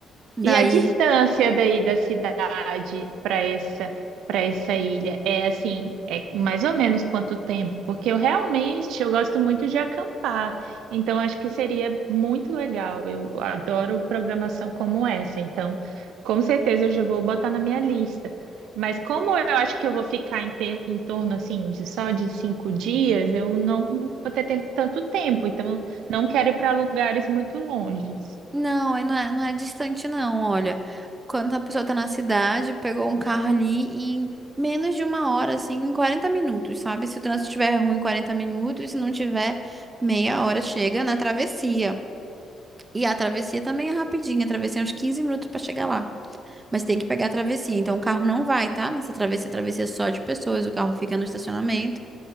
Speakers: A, on the right (about 20°); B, on the right (about 80°).
A: Daí
B: E a distância daí da cidade para essa para essa ilha é assim, é mais ou menos quanto tempo? Porque eu realmente eu gosto muito de acampar, então acho que seria muito legal. Eu adoro programação como essa, então com certeza eu já vou botar na minha lista. Mas como eu acho que eu vou ficar em, ter- em torno assim de só de cinco dias, eu não vou ter, ter tanto tempo, então não quero ir para lugares muito longe.
A: Não, aí não é, não é distante, não. Olha, quando a pessoa tá na cidade, pegou um carro ali e em menos de uma hora, assim, em 40 minutos, sabe? Se o trânsito estiver ruim, 40 minutos. Se não tiver, meia hora chega na travessia. E a travessia também é rapidinha, a travessia é uns 15 minutos pra chegar lá. Mas tem que pegar a travessia. Então o carro não vai, tá? Nessa travessia, a travessia é só de pessoas, o carro fica no estacionamento